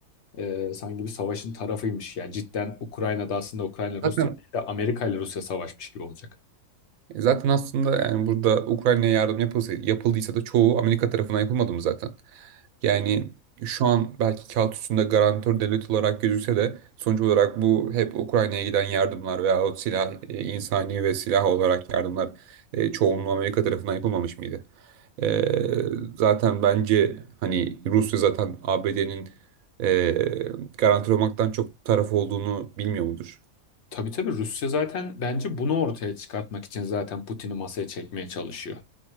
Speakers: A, on the left (about 55°); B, on the right (about 75°).
A: e, sanki bir savaşın tarafıymış. Yani cidden Ukrayna'da aslında Ukrayna
B: zaten
A: Rusya değil de Amerika ile Rusya savaşmış gibi olacak.
B: E, Zaten aslında yani burada Ukrayna'ya yardım yapılsa, yapıldıysa da çoğu Amerika tarafından yapılmadı mı zaten? Yani şu an belki kağıt üstünde garantör devlet olarak gözükse de sonuç olarak bu hep Ukrayna'ya giden yardımlar veya o silah, e, insani ve silah olarak yardımlar e, çoğunluğu Amerika tarafından yapılmamış mıydı? E, zaten bence hani Rusya zaten ABD'nin e, garantör olmaktan çok taraf olduğunu bilmiyor mudur?
A: Tabii tabii Rusya zaten bence bunu ortaya çıkartmak için zaten Putin'i masaya çekmeye çalışıyor.